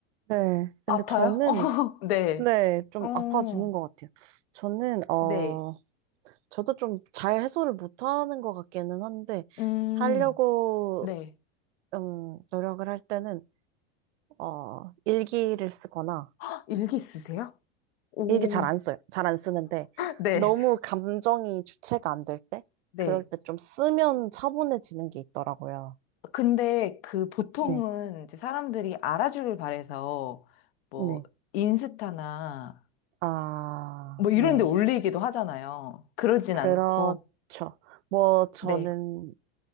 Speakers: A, on the right (about 90°); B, on the left (about 60°).
A: 네. 근데
B: 아파요?
A: 저는,
B: <laughs> 어, 네.
A: 네, 좀
B: 어,
A: 아파지는 것 같아요. 저는, 어,
B: 네.
A: 저도 좀 잘 해소를 못하는 것 같기는 한데
B: 음,
A: 하려고
B: 네.
A: 음, 노력을 할 때는 어, 일기를 쓰거나
B: 헉, 일기 쓰세요? 오.
A: 일기 잘 안 써요. 잘 안 쓰는데
B: 네.
A: 너무 감정이 주체가 안 될 때,
B: 네.
A: 그럴 때 좀 쓰면 차분해지는 게 있더라고요.
B: 근데 그 보통은
A: 네,
B: 이제 사람들이 알아주길 바래서 뭐
A: 네,
B: 인스타나
A: 아,
B: 뭐 이런
A: 네,
B: 데 올리기도 하잖아요. 그러진
A: 그렇죠.
B: 않고,
A: 뭐 저는
B: 네.